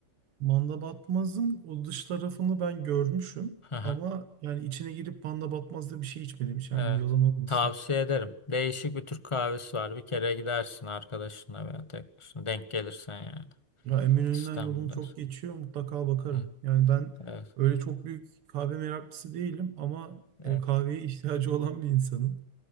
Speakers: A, on the right (about 85°); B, on the left (about 25°).
A: Manda Batmaz'ın o dış tarafını ben görmüşüm.
B: Aha,
A: Ama yani içine girip Manda Batmaz'da bir şey içmedim hiç. Yani
B: evet.
A: o yalan olmasın.
B: Tavsiye ederim. Değişik bir Türk kahvesi var. Bir kere gidersin arkadaşınla veya tek başına denk gelirsen yani.
A: Ya Eminönü'nden
B: İstanbul'dayız.
A: yolum çok geçiyor. Mutlaka bakarım.
B: Evet.
A: Yani ben
B: Evet.
A: öyle çok büyük kahve meraklısı değilim. Ama
B: evet.
A: e, kahveye <laughs> ihtiyacı olan bir insanım.